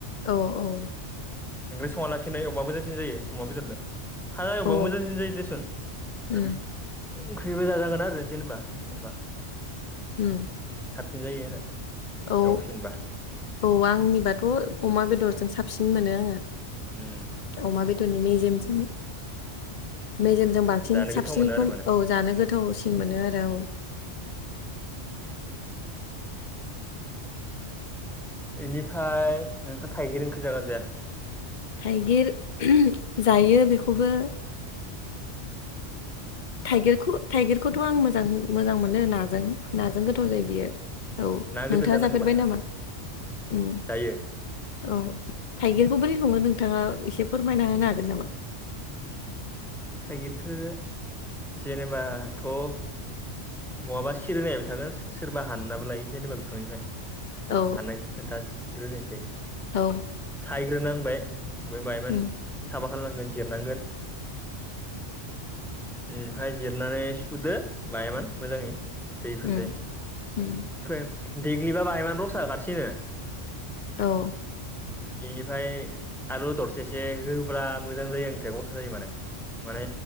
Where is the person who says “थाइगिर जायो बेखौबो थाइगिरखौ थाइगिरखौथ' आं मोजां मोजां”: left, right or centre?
Left